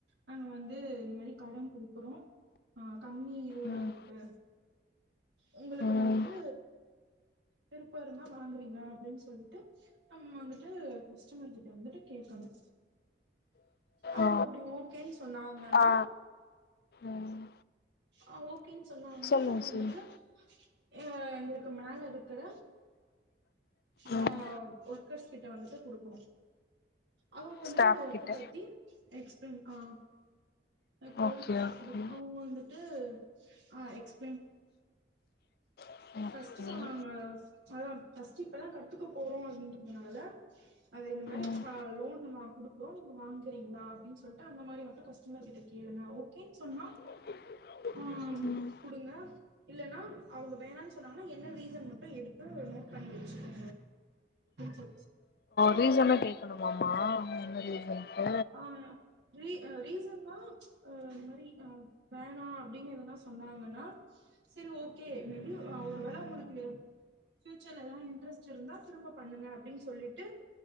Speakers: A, on the right; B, on the left.
A: நாங்க வந்து இந்த மாரி கடன் குடுக்குறோ அ கம்மி இதுல
B: ம்
A: வந்துட்டு உங்களுக்கு
B: ம்
A: வந்துட்டு விருப்போ இருந்தா வாங்குறீங்களா அப்டின்னு சொல்டு நம்ம வந்துட்டு கஷ்டமர் கிட்ட வந்துட்டு கேட்கணு அவங்க
B: ஓ
A: அப்டி ஓகேன்னு சொன்னாங்கன்னா
B: ஆ ம்
A: ஆ ஓகேன்னு சொன்னாங்கனா
B: சொல்லுங்க
A: நம்ம வந்துட்டு
B: சொல்லுங்க
A: எ எங்களுக்கு மேல இருக்குற மா
B: ம்
A: ஒர்கர்ஸ் கிட்ட வந்துட்டு கொடுக்கணு அவங்க வந்துட்டு
B: ஸ்டாஃப்
A: இந்த ஒர்க்க
B: கிட்ட
A: பத்தி எக்ஸ்பிளைன் ஆ எங்க கோ
B: ஓகே
A: <unintelligible>
B: ஓகே
A: குடு அ <unintelligible> வந்துட்டு ஆஹ் எக்ஸ்
B: ம்
A: ஃபர்ஸ்ட்டு
B: ஓகே
A: நாங்க அங்க அதான் ஃபர்ஸ்ட்டு இப்பதான் கத்துக்க போறோம் அப்டின்றதுனால அத இந்த மாரி
B: ம்
A: லோன் நாங்க குடுக்குறோம் நீங்க வாங்குறீங்களா அப்படின்னு சொல்லிட்டு அந்த மாதிரி மட்டும் கஷ்ட மர் கிட்ட கேளுங்க ஓகேன்னு சொன்னா
B: <unintelligible>
A: ஆ
B: ம்
A: கொடுங்க இல்லைன்னா அவங்க வேண்டான்னு சொ நம்ம என்ன ரீசன் மட்டும் எடுத்து நோட் பண்ணி வச்சுக்கோ சொ
B: ரீசன கேட்கணுமாமா என்ன ரீசன்டு
A: ஆ ரீ ரீசன் வா அ இந்த மாரி வேணாம் அப்படின்னு எதெனா சொன்னாங்கன்னா செரி ஓகே வெ ஒரு வேல உங்களுக்கு ஃப்யூச்சர்ல எல்லா இன்ட்ரெஸ்ட் இருந்தா திரும்ப பண்ணுங்க அப்டின்னு சொல்லிட்டு